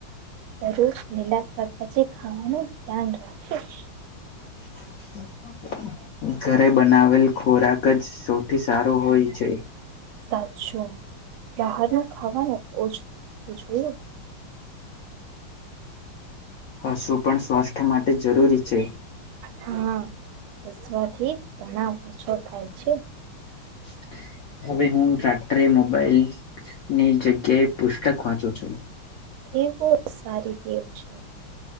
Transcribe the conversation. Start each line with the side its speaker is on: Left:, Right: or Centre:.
Right: દરરોજ લીલાશવાદ પછી ખાવાનું ધ્યાન રાખીશ
Left: <unintelligible> ઘરે બનાવેલ ખોરાક જ સૌથી સારો હોય છે
Right: સાચું બહાર ન ખાવાનું ઓછું જોયું
Left: હ શું પણ સ્વાસ્થ્ય માટે જરૂરી છે
Right: હા હસવાથી ત ઓછો થાય છે
Left: <unintelligible> હવે હું રાત્ર્ટે મોબાઈલ ની જગ્યાએ પુસ્તક વાંચું છું
Right: એ બહ સારી દીવ છે